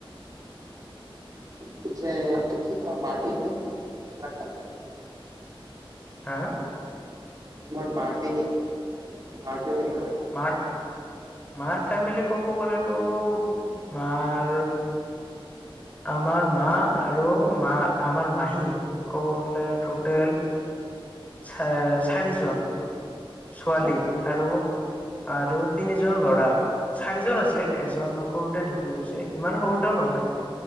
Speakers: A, on the right (about 40°); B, on the left (about 15°).
A: পিছে, এইটো কি কই মাৰটিনিউ কিমান ডাঙৰ
B: হা?
A: তোমাৰ মাৰতিনি, মাৰটো ৰেডি কৰা <unintelligible>
B: মাৰ, মাৰ ফেমিলি ক'ব গ'লেতো মাৰ আমাৰ মা আৰু মা আমাৰ মাহী ক'ব গ'লে টোটেল চা-চাৰিজন। ছোৱালী
A: চাৰিজন
B: আৰু আৰু তিনিজন ল'ৰা। চাৰিজন আছিল, এজন সৰুতে ঢুকি গৈছে, ইমান সৰুতেও নহয়।